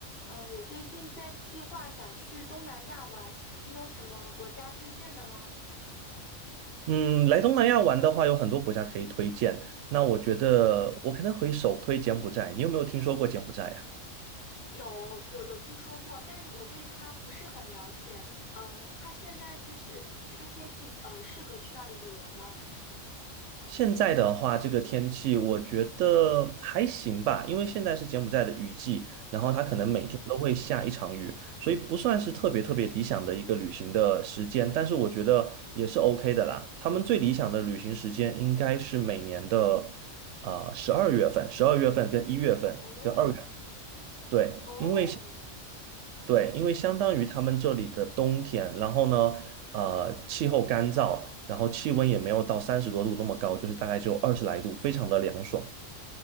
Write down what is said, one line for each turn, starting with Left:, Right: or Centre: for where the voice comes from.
Left: 嗯，呃我最近在计划想去东南亚玩，你有什么国家推荐的吗？
Right: 嗯，来东南亚玩的话，有很多国家可以推荐。那我觉得我可能会首推柬埔寨。你有没有听说过柬埔寨呀？
Left: 有有有听说过，但是我对它不是很了解。呃，它现在就是这个天气，呃，适合去那里旅游吗？
Right: 现在的话，这个天气我觉得还行吧，因为现在是柬埔寨的雨季，然后它可能每天都会下一场雨，
Left: 嗯，
Right: 所以不算是特别特别理想的一个旅行的时间，但是我觉得也是 OK 的啦。他们最理想的旅行时间应该是每年的呃十二月份，十二月份跟一月份跟二月份，
Left: 哦
Right: 对，
Left: 哦
Right: 因为。对，因为相当于他们这里的冬天，然后呢，呃，气候干燥，然后气温也没有到三十多度那么高，就是大概只有二十来度，非常的凉爽。